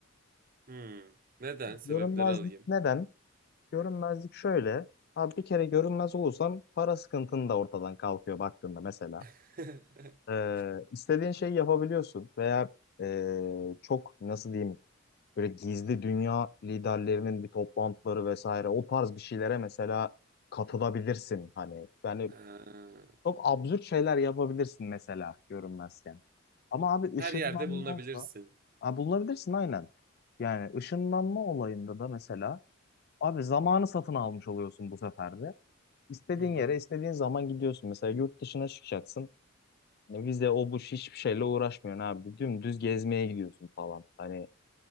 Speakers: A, on the right (about 45°); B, on the left (about 50°).
A: Hmm. Neden? Sebepleri
B: Görünmezlik
A: alayım.
B: neden? Görünmezlik şöyle. Abi bir kere görünmez olursan para sıkıntın da ortadan kalkıyor baktığında mesela.
A: <laughs>
B: E, istediğin şeyi yapabiliyorsun veya e, çok nasıl diyeyim böyle gizli dünya liderlerinin bir toplantıları vesaire o tarz bir şeylere mesela katılabilirsin. Hani yani
A: Ee,
B: Çok absürt şeyler yapabilirsin mesela görünmezken. Ama abi ışınlanma
A: her yerde bulunabilirsin.
B: olsa ha, bulabilirsin aynen. Yani ışınlanma olayında da mesela abi zamanı satın almış oluyorsun bu sefer de. İstediğin
A: Hı hı.
B: yere istediğin zaman gidiyorsun. Mesela yurt dışına çıkacaksın. Ne Vize o bu hiçbir şeyle uğraşmıyorsun abi. Dümdüz gezmeye gidiyorsun falan. Hani